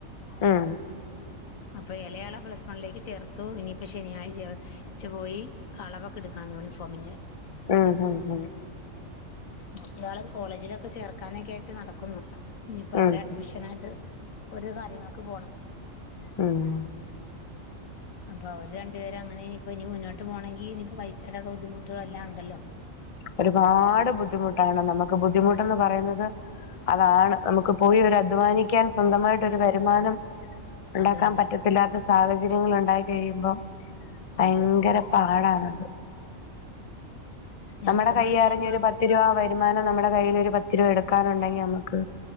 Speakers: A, on the left; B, on the left.
A: ആഹ്
B: അപ്പൊ എളയാളെ പ്ലസ് വൺലേക്ക് ചേർത്തു ഇനിയിപ്പോ ശനിയായിച്ച ച്ചപോയി അളവൊക്കെടുക്കണം യൂണിഫോമിന്റെ
A: ഉം ഉം
B: മറ്റെയാളെ കോളേജിലൊക്കെ ചേർക്കാനൊക്കെ ആയിട്ട് നടക്കുന്നു ഇനിയിപ്പ
A: ഉം
B: അവിടെ
A: ഉം
B: അഡ്മിഷനായിട്ട് ഓരോ കാര്യങ്ങൾക്ക് പോണം
A: ആഹ്
B: അപ്പൊ അവര് രണ്ടുപേരങ്ങന ഇനിയിപ്പ ഇനി മുന്നോട്ട് പോണെങ്കി ഇനിപ്പ പൈസയുടെക്കെ ബുദ്ധിമുട്ടുകള എല്ലാണ്ടല്ലോ
A: ഒരുപാട് ബുദ്ധിമുട്ടാണ് നമുക്ക് ബുദ്ധിമുട്ടന്ന് പറയുന്നത് അതാണ് നമുക്ക് പോയി ഒരു അധ്വാനിക്കാൻ സ്വന്തമായിട്ടൊരു വരുമാനം ഉണ്ടാക്കാൻ
B: അതെ അതെ
A: പറ്റത്തില്ലാത്ത സാഹചര്യങ്ങള്ണ്ടായി കഴിയുമ്പോം ഭയങ്കര
B: അത്
A: പാടാണ്
B: ഞങ്ങൾക്കെന്ന്
A: നമ്മുടെ കൈയ്യറിഞ്ഞൊരു
B: പറഞ്ഞ ഇനിയിപ്പോ
A: പത്തു രൂപ വരു വരുമാനം നമ്മടെ കയ്ൽ ഒരു പത്ത് രൂപ എട്ക്കാനുണ്ടെങ്കിൽ നമക്ക്